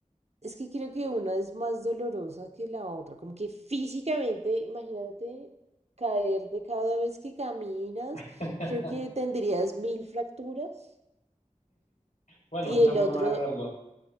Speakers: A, on the right; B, on the left.
A: es que creo que una es más dolorosa que la otra. Como que físicamente, imagínate caerte cada vez que caminas.
B: <laughs>
A: Creo que tendrías mil fracturas.
B: Bueno,
A: Y
B: es una
A: el
B: forma
A: otro
B: de verlo.